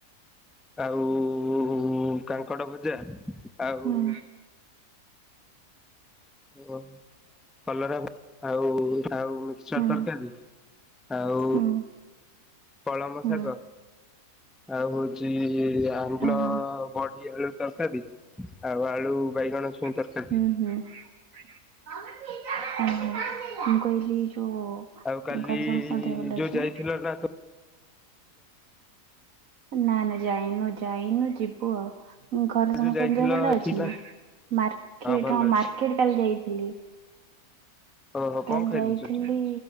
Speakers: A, in the centre; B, on the right.
A: ଆଉ ଉଁ କାଙ୍କଡ ଭଜା ଆଉ
B: ହୁଁ
A: ଓ କଲରା ଭଜା ଆଉ ଆଉ ମିକ୍ସଚର
B: ହୁଁ
A: ତରକାରୀ ଆଉ
B: ହୁଁ
A: କଳମ
B: ହୁଁ
A: ଶାଗ ଆଉ ହଉଛି ଆମ୍ବୁଲ
B: ଅହଁ
A: ବଡ଼ି କୋବି ଆଳୁ ତରକାରୀ ଆଉ ଆଳୁ ବାଇଗଣ ଛୁଇଁ
B: ହୁଁ
A: ତରକାରୀ
B: ହୁଁ। ଆଉ ମୁଁ କହିଲି ଯୋଉ
A: ଆଉ କାଲି
B: ଘରେ ସମସ୍ତଙ୍କ ଦେହ ଭଲ
A: ଯୋଉ
B: ଅଛି
A: ଯାଇଥିଲ
B: ନା?
A: ନା ତୁ
B: ନା ନା ଯାଇନୁ ଯାଇନୁ ଯିବୁ ଆଉ। ଘରେ ସମସ୍ତଙ୍କ
A: ଯୋଉ ଯାଇଥିଲ
B: ଦେହ ଭଲ
A: ଏଠିକି
B: ଅଛି ନା? ମାର୍କେଟ
A: ଭଲ
B: ହଁ
A: ଅଛି
B: ମାର୍କେଟ କାଲି ଯାଇଥିଲି।
A: ଓହୋ
B: କାଲି
A: କଣ ଖାଇଲୁ
B: ଯାଇଥିଲି
A: ସେଠି